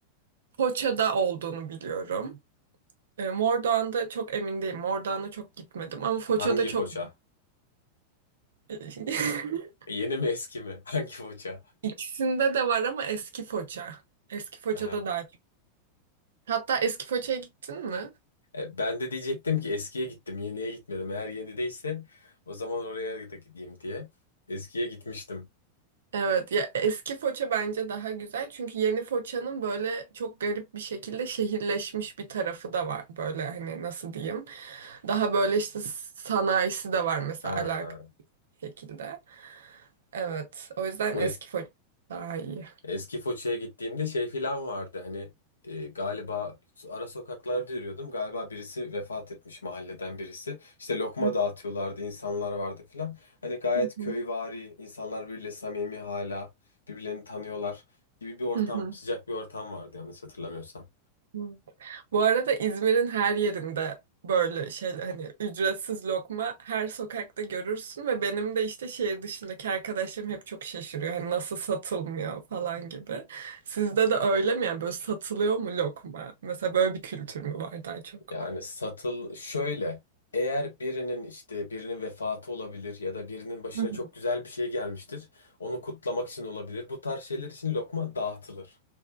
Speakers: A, on the right; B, on the left.
A: Foça'da olduğunu biliyorum. Ee, Mordoğan'da çok emin değilim. Mordoğan'a çok gitmedim ama Foça'da
B: Hangi
A: çok
B: foça?
A: <laughs>
B: E, Yeni mi eski mi? <laughs> Hangi foça?
A: ikisinde de var ama eski Foça. Eski Foça'da
B: Ha.
A: daha çok. Hatta eski Foça'ya gittin mi?
B: E, ben de diyecektim ki eskiye gittim, yeniye gitmedim. Eğer yenideyse o zaman oraya da gideyim diye. Eskiye gitmiştim.
A: Evet ya eski Foça bence daha güzel çünkü yeni Foça'nın böyle çok garip bir şekilde şehirleşmiş bir tarafı da var böyle hani nasıl diyeyim daha böyle işte sanayisi de var mesela
B: Ha.
A: alakalı bir şekilde evet o yüzden
B: Bu
A: eski
B: es
A: Foça daha iyi.
B: Eski Foça'ya gittiğimde şey filan vardı hani e, galiba ara sokaklarda yürüyordum galiba birisi vefat etmiş mahalleden birisi işte lokma
A: Hı
B: dağıtıyorlardı insanlar vardı filan hani gayet
A: hı.
B: köyvari insanlar birbiriyle samimi hala birbirlerini tanıyorlar gibi bir ortam
A: Hı hı.
B: sıcak bir ortam vardı yanlış hatırlamıyorsam.
A: Hı. Bu arada İzmir'in her yerinde böyle şey hani ücretsiz lokma her sokakta görürsün ve benim de işte şehir dışındaki arkadaşlarım hep çok şaşırıyor. Hani nasıl satılmıyor falan gibi. Sizde de öyle mi yani böyle satılıyor mu lokma? Mesela böyle bir kültür mü var daha çok?
B: Yani satıl şöyle eğer birinin işte birinin vefatı olabilir ya da birinin başına
A: Hı hı.
B: çok güzel bir şey gelmiştir. Onu kutlamak için olabilir. Bu tarz şeyler için lokma dağıtılır.